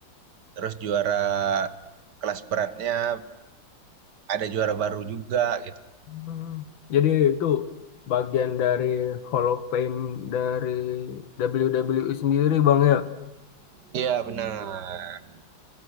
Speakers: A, on the right; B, on the left.
A: terus juara kelas beratnya ada juara baru juga gitu.
B: Hmm. jadi itu bagian dari Hall of Fame dari WWE sendiri bang ya
A: Iya, benar.